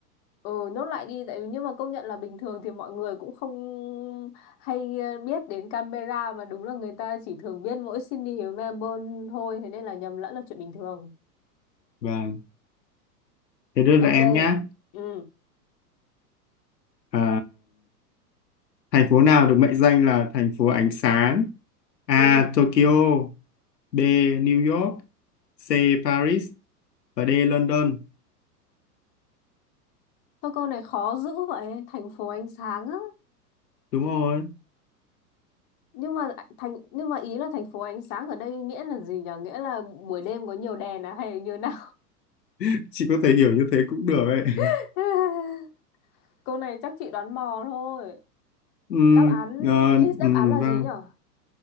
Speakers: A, on the left; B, on the left.
A: ừ nốt lại đi tại vì nhưng mà công nhận là bình thường thì mọi người cũng không hay ờ, biết đến Canberra mà đúng là người ta chỉ thường biết mỗi Sydney và Melbourne thôi thế nên là nhầm lẫn là chuyện bình thường
B: vâng thế đưa lại
A: ok
B: em nhá
A: ừ
B: Ờ, thành phố nào được mệnh danh là thành phố ánh sáng A.
A: ừ
B: Tokyo B. New York C. Paris và D. London
A: thôi câu này khó dữ vậy thành phố ánh sáng á
B: đúng rồi
A: nhưng mà thành nhưng mà ý là thành phố ánh sáng ở đây nghĩa là gì nhở nghĩa là buổi đêm có nhiều đèn à hay là như nào
B: <laughs> chị có thể hiểu như thế cũng được ấy <laughs>
A: <laughs> câu này chắc chị đoán mò thôi
B: Ừm,
A: đáp án
B: ờ,
A: list đáp
B: ừm,
A: án là
B: vâng
A: gì nhở